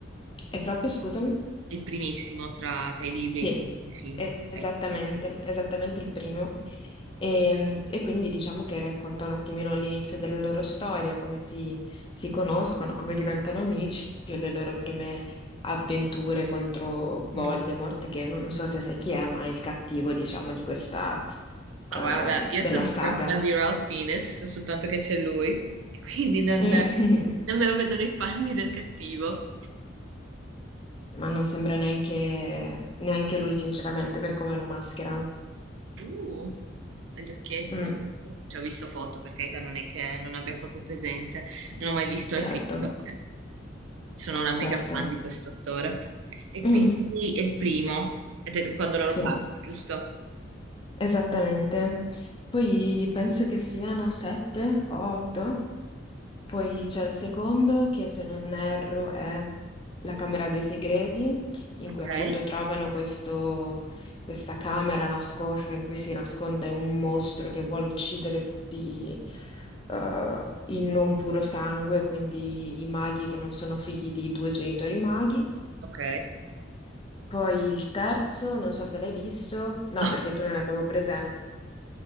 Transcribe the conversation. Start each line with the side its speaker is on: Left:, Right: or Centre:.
Left: e proprio, scusami?
Right: il primissimo tra, tra i libri
Left: Sì,
Right: e i film.
Left: e- esattamente,
Right: Ok.
Left: esattamente il primo. E, e quindi diciamo che racconta un attimino l'inizio della loro storia, come si, si conoscono, come diventano amici e le loro prime avventure contro Voldemort,
Right: Mm.
Left: che non so se sai chi è, ma è il cattivo, diciamo, di questa, ehm,
Right: Ma guarda, io
Left: della
Right: sono un
Left: saga.
Right: gran fan di Ralph Fiennes, so soltanto che c'è lui, e quindi non,
Left: <laughs>
Right: non me lo vedo nei panni del cattivo.
Left: Ma non sembra neanche, neanche lui, sinceramente, per come lo mascherano.
Right: Uh, ma gli occhietti.
Left: Mm,
Right: sono- Ci ho visto foto, per carità, non è che non abbia proprio presente. Non ho mai visto
Left: certo,
Right: il film. eh, Sono una mega
Left: certo.
Right: fan
Left: <laughs>
Right: di questo attore. E
Left: Mm,
Right: quindi è il primo, ed è quando loro
Left: sì.
Right: parlano, giusto?
Left: Esattamente. Poi penso che siano sette o otto. Poi c'è il secondo che, se non erro, è la Camera dei Segreti, in
Right: Ok.
Left: cui appunto trovano questo- questa camera nascosta in cui si nasconde un mostro che vuole uccidere tutti eh, il non puro sangue, quindi i maghi che non sono figli di due genitori maghi.
Right: Ok.
Left: Poi il terzo, non so se l'hai visto, no,
Right: No.
Left: perché tu non ne avevo presente.